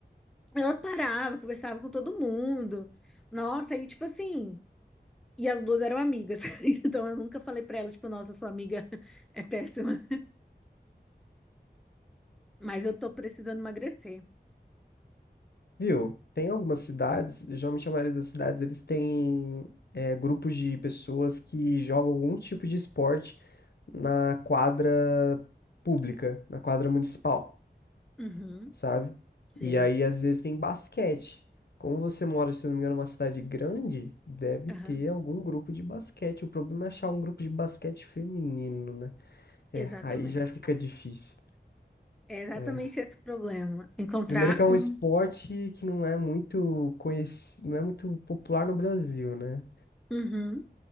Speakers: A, in the centre; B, on the left (about 65°).
A: Ela parava, conversava com todo mundo. Nossa, aí, tipo assim. E as duas eram amigas. <laughs> Então eu nunca falei pra ela, tipo, nossa, sua amiga é péssima. Mas eu tô precisando emagrecer.
B: Viu? Tem algumas cidades, geralmente a maioria das cidades, eles têm é, grupos de pessoas que jogam algum tipo de esporte na quadra pública, na quadra municipal,
A: Uhum,
B: sabe?
A: sei.
B: E aí, às vezes, tem basquete. Como você mora, se não me engano, numa cidade grande, deve
A: Aham,
B: ter algum grupo de basquete. O problema é achar um grupo de basquete feminino, né?
A: Exatamente.
B: É, aí já fica difícil.
A: É exatamente
B: É,
A: esse o problema. Encontrar
B: Primeiro que é um
A: um.
B: esporte que não é muito conhecido, não é muito popular no Brasil, né?
A: Uhum,